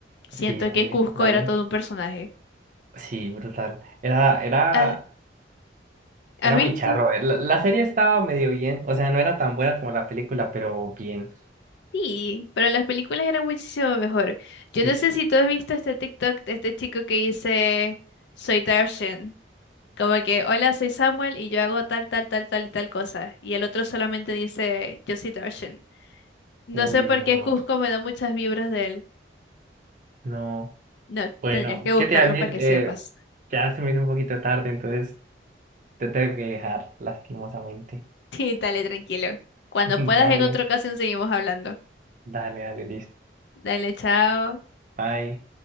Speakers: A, on the left; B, on the right.
A: Siento
B: Sí, dale,
A: que Cusco
B: dale.
A: era todo un personaje.
B: Sí, brutal. Era, era,
A: Ah, ¿has
B: era
A: visto?
B: muy charro. eh, La, la serie estaba medio bien. O sea, no era tan buena como la película, pero bien.
A: Sí, pero las películas eran muchísimo mejor. Yo
B: Uy,
A: no
B: sí.
A: sé si tú has visto este TikTok de este chico que dice, soy Darshan. Como que, hola, soy Samuel y yo hago tal, tal, tal, tal y tal cosa. Y el otro solamente dice, yo soy Darshan. No
B: Uy,
A: sé por
B: no,
A: qué Cusco me da muchas vibras de él.
B: no.
A: No,
B: Bueno,
A: tendrías que buscarlo
B: ¿qué te iba a decir?
A: para que
B: Eh,
A: sepas. <laughs>
B: ya se me hizo un poquito tarde, entonces te tengo que dejar, lastimosamente.
A: Sí, dale, tranquilo. Cuando
B: <laughs>
A: puedas,
B: Dale,
A: en otra ocasión seguimos hablando.
B: dale, dale, listo.
A: Dale, chao.
B: Bye.